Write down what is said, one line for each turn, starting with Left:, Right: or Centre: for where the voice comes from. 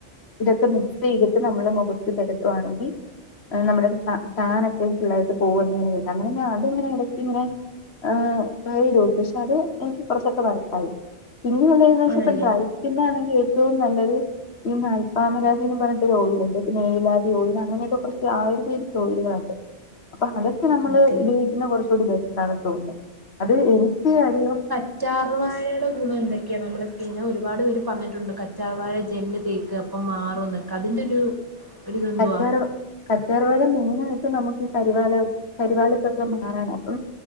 Left: ഇതൊക്കെ മിക്സ് ചെയ്തിട്ട് നമ്മള് മുഖത്ത് പുരട്ടുവാണെങ്കി ഏഹ് നമ്മളെ ടാനൊക്കെ ഫുള്ളായിട്ട് പോകും അത് ഇങ്ങനെ എടക്ക് ഇങ്ങനെ ആഹ് ട്രൈ ചെയ്തോക്കി പക്ഷെ അത് ഇൻക്ക് കുറച്ചൊക്കെ വർ ത്തായി പിന്നെ ഉള്ളന്ന് വച്ച
Right: ആണല്ലേ
Left: ഇപ്പ ഡ്രൈ സ്കിൻ ആണെങ്കി ഏറ്റവും നല്ലത് ഈ നൽപ്പാമരാതി എന്നും പറഞ്ഞിട്ട് ഒരു ഓയിലുണ്ട് പിന്ന ഏലാതി ഓയിൽ അങ്ങനെയൊക്കെ കൊറച്ച് ആയുർവേദിക് ഓയിലുകളുണ്ട് അപ്പൊ അതൊക്കെ നമ്മള്
Right: ഓക്കെ
Left: ഉപയോഗിക്കുന്ന കുറച്ചുകൂടി ബെറ്ററാണ് തോന്നുന്നത് അത് എനിക്ക് അധികം
Right: കച്ചാർവാഴയുടെ ഗുണം എന്തൊക്കെയാ നമ്മുടെ സ്കിന്നിന് അഹ് ഒരുപാട് പേര് പറഞ്ഞിട്ടുണ്ട് കച്ചാർവാഴ ജെല്ല് തേക്ക് അപ്പം മാ റും ന്നൊക്കെ അതിന്റെ ഒരു ഒരിതെന്തുവാ
Left: കറ്റാറു കറ്റാർ വാഴ മെയിൻ ആയിട്ട് നമുക്ക് ഈ കരിവാള കരിവാളിപ്പൊക്കെ മാറാനാ അപ്പൊ